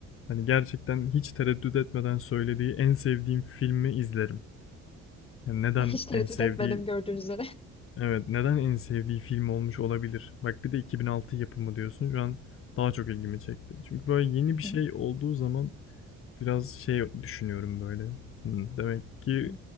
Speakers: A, on the left; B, on the left.
A: hani gerçekten hiç tereddüt etmeden söylediği en sevdiğim filmi izlerim. Yani neden
B: Hiç tereddüt
A: en sevdiği
B: etmedim gördüğünüz üzere.
A: evet neden en sevdiği film olmuş olabilir? Bak bir de 2006 yapımı diyorsun. Şu an daha çok ilgimi çekti. Çünkü böyle yeni bir
B: Hı.
A: şey olduğu zaman biraz şey düşünüyorum böyle. Hmm, demek ki
B: Hı.